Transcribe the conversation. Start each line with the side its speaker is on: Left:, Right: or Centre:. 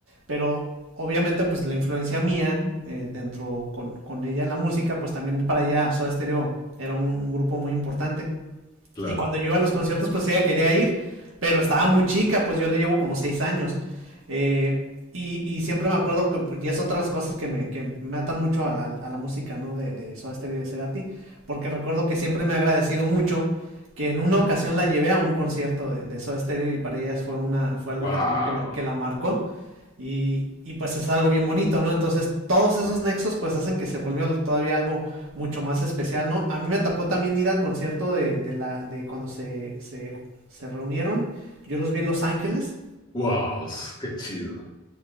Right: pero obviamente pues la influencia mía eh, dentro con, con, ella en la música, pues también para ella Soda Stereo era un, un grupo muy importante.
Left: claro.
Right: Y cuando yo iba a los conciertos, pues ella quería ir, pero estaba muy chica, pues yo le llevo como seis años. Eh, y, y, siempre me acuerdo que, pues, y es otra de las cosas que me, que me atan mucho a la, a la música, ¿no? De, de Soda Stereo y de Cerati, porque recuerdo que siempre me ha agradecido mucho que en una ocasión la llevé a un concierto de, de Soda Stereo y para ella fue, una, fue algo
Left: ¡Wow!
Right: que también que la, que la marcó. Y, y pues es algo bien bonito, ¿no? Entonces todos
Left: Sí.
Right: esos nexos pues hacen que se volvió todavía algo mucho más especial, ¿no? A mí me tocó también ir al concierto de, de la, de cuando se, se, se reunieron. Yo los vi en Los Ángeles.
Left: ¡Wow! ¡Qué chido!